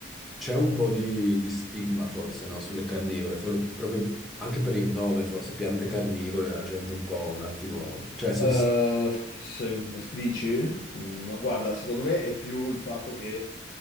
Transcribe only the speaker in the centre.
c'è un po' di, di stigma forse, no, sulle carnivore, for- proprio anche per il nome forse, piante carnivore, la gente un po' un attimo, cioè sono